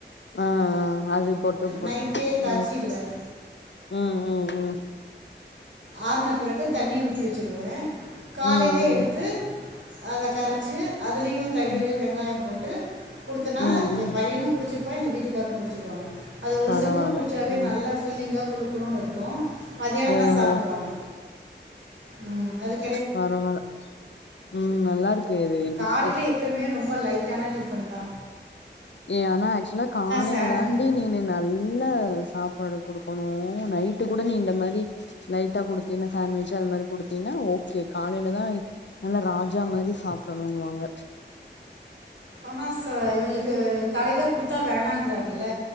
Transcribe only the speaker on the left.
ஆ ஆ அது போட்டு குடுத்துக்
உம் உம் உம் உம்.
ம் ம்
ம்
ம்
ம்
பரவால்ல
ம்
ஓஹோ
பரவால உம் நல்லாருக்கு இது டிஷ்ஷு.
ஏ ஆனா ஆக்சுவலா காலையில
தாண்டி நீனு நல்லா சாப்பாடு.. குடுக்கணு நைட்டு கூட நீ இந்த மாரி லைட்டா குடுத்தீனா சாண்ட்விச் அது மாரி குடுத்தீன்னா ஓக்கே, காலையிலதா நல்லா ராஜா மாரி சாப்டணுனூவாங்க.